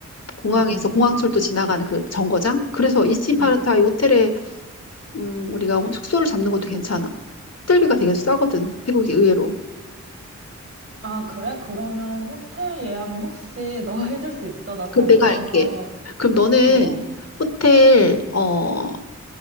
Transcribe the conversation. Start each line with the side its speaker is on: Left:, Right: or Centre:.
Left: 공항에서
Right: 음, 음,
Left: 공항철도 지나가는 그 정거장? 그래서 이스틴 파라타이
Right: 음.
Left: 호텔에 음, 우리가 숙소를 잡는 것도 괜찮아. 호텔비가 되게 싸거든. 태국이 의외로.
Right: 아, 그래? 그러면 호텔 예약은 혹시 너가 <laughs> 해줄 수 있어? 나 잘
Left: 그 내가
Right: 몰라서.
Left: 알게. 그럼 너는
Right: 어, 어.
Left: 호텔
Right: 응.
Left: 어